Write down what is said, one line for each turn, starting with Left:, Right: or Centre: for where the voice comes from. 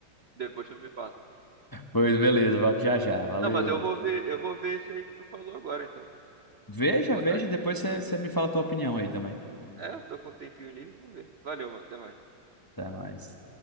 Right: Depois tu me fala.
Left: Pois beleza, volto já já. Valeu.
Right: Não, mas eu vou ver, eu vou ver esse aí que tu falou agora, então.
Left: Veja,
Right: Vou botar
Left: veja,
Right: aqui.
Left: e depois você você me fala a tua opinião aí também.
Right: É, tô com um tempinho livre, vou ver. Valeu, mano. Até mais.
Left: Até mais.